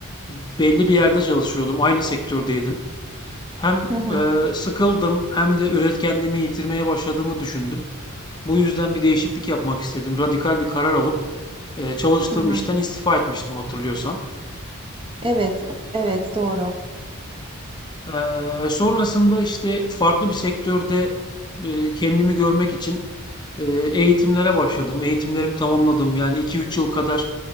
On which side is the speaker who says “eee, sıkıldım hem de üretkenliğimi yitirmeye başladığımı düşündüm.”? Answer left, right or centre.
Left